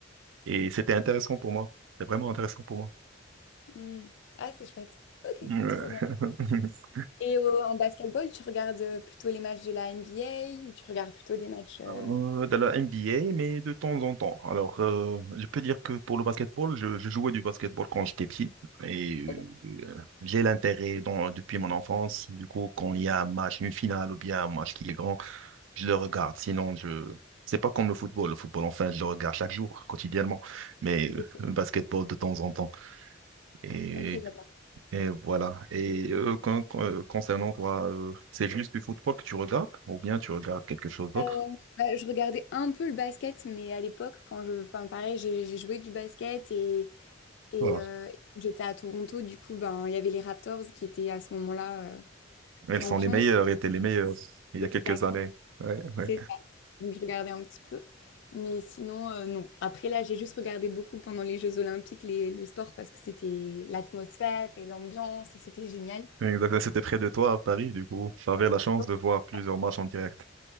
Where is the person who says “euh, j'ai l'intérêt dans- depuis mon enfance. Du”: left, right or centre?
Right